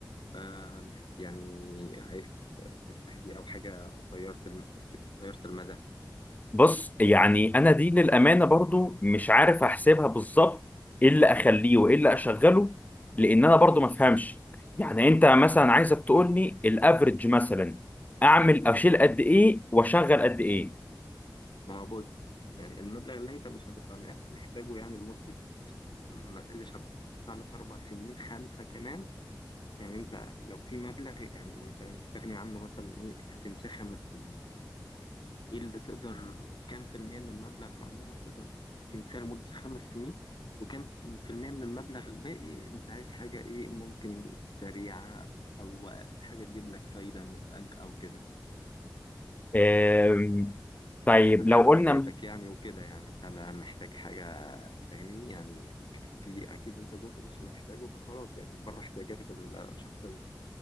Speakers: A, on the left; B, on the left.
A: آه مس- يعني عايز ت- تفتح بيه او حاجة قصيرة الم... قصيرة المدى
B: بص يعني انا دي للامانه برضو مش عارف احسبها بالظبط ايه اللي اخليه وايه اللي اشغله لان انا برضو ما افهمش يعني انت مثلا عايزك تقول لي الافريج مثلا اعمل اشيل
A: ما
B: قد ايه واشغل قد ايه
A: ما هو بص يعني المبلغ اللي انت مش هتبقى م- محتاجه يعني لمدة ما تقلش عن تلات أربع سنين خمسة كمان يعني انت لو في مبلغ يعني انت مستغني عنه مثلا ايه هتنساه خمس سنين ايه اللي تقدر كام في المية من المبلغ عموما تقدر تنساه لمدة خمس سنين وكام في المية من المبلغ الباقي انت عايز حاجة ايه ممكن سريعة او حاجة تجيب لك فايدة من البنك او كده
B: أم، طيب
A: على حسب
B: لو
A: احتياجاتك
B: قلنا
A: يعني وكده يعني انت ما محتاج حاجة فاهمني يعني ك- في اكيد انت جزء مش محتاجه فخلاص يعني بره احتياجاتك الشخصية